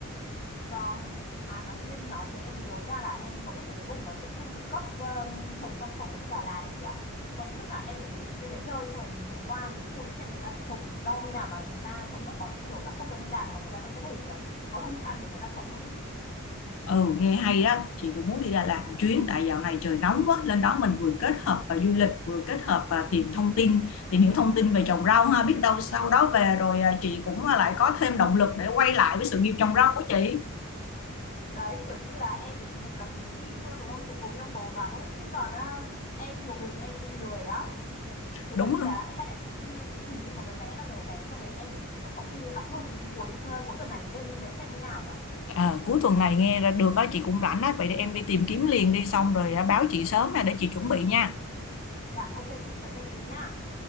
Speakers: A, on the left; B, on the left.
A: Vâng. À mà tự nhiên nói thế em mới nhớ ra là em có biết một cái vùng nó tự cung tự cấp um, trồng rau sạch ở trên Đà Lạt đấy chị ạ. Có khi lúc nào em phải rủ chị lên đấy chơi xong rồi mình lại qua cái khu đấy xem người ta trồng rau như nào mà người ta sống được bằng kiểu là không cần đi làm mà người ta vẫn có thể ờ, có đủ thức ăn để người ta sống được đấy chị.
B: Ừ, nghe hay đó, chị cũng muốn đi Đà Lạt một chuyến tại dạo này trời nóng quá, lên đó mình vừa kết hợp và du lịch, vừa kết hợp và tìm thông tin, tìm hiểu thông tin về trồng rau ha, biết đâu sau đó về rồi à, chị cũng à, lại có thêm động lực để quay lại với sự nghiệp trồng rau của chị.
A: Đấy kiểu như là em với chị thành lập thành một team luôn đúng không? Kiểu cùng nhau cố gắng ấy chứ còn à, em một mình em em lười lắm. thế
B: Đúng
A: có khi
B: rồi.
A: là hay là em đi em tìm thêm một cái vé nào rẻ rẻ xong rồi em chị có khi đọc luôn từ cuối từ cuối tuần này lên đấy xem như nào nhở
B: À, cuối tuần này nghe ra được á chị cũng rảnh á, vậy để em đi tìm kiếm liền đi xong rồi à, báo chị sớm nè để chị chuẩn bị nha.
A: dạ ok chị đợi em tí nhá